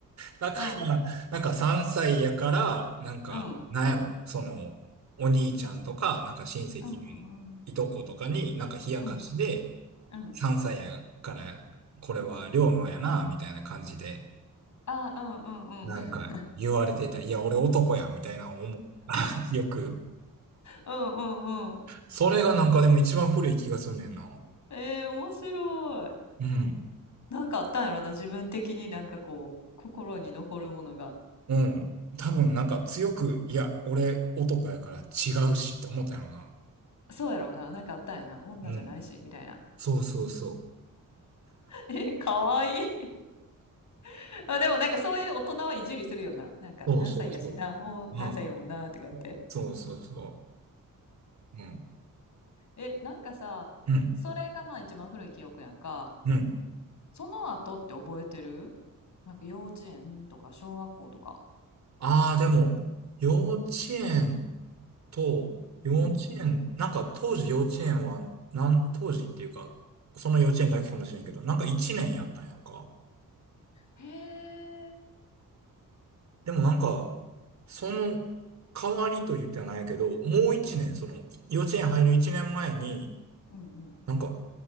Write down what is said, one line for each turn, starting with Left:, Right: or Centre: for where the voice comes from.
Right: だから、
Left: うん。
Right: なんか3歳やから、なんか、
Left: うん。
Right: なんやろ、その、お兄ちゃんとか、なんか親戚のいとことかに、
Left: うんうんうん。
Right: なんか冷やかしで、
Left: うん。うん。
Right: 3歳やから、これは両のやな、みたいな感じで、
Left: ああ、うんうんうん
Right: なんか言われてた。
Left: <laughs>。
Right: いや、俺男や、みたいな思う。<laughs> よく。
Left: うんうんうん。
Right: それがなんかでも一番古い気がすんねんな。
Left: えー、面白い。
Right: うん。
Left: なんかあったんやろな、自分的になんかこう、心に残るものが。
Right: うん。多分なんか強く、いや、俺男やから違うしって思ったんやろな。
Left: そうやろうな、なんかあったんやな、女じゃないし、
Right: うん。
Left: みたいな。
Right: そうそうそ
Left: <laughs> え、かわいい。<laughs> まあでもなんかそういう大人はいじりするよな。なんか何歳やしな、
Right: う。そうそうそ
Left: もう何歳やもんな、
Right: う。うん。
Left: とか言って。
Right: そうそうそう。うん。
Left: え、なんかさ、
Right: うん。
Left: それがまあ一番古い記憶やんか。
Right: うん。
Left: その後って覚えてるなんか幼稚園とか小学校とか。
Right: ああ、でも、幼稚園と、幼稚園、
Left: うん。
Right: なんか当時幼稚園は、なん、当時っていうか、その幼稚園だけかもしれんけど、なんか1年やったんやんか。
Left: へえ。
Right: でもなんか、その代わりと言ってはないけど、もう1年、
Left: うん。
Right: その幼稚園入る1年前に、
Left: うんうん。
Right: なんか、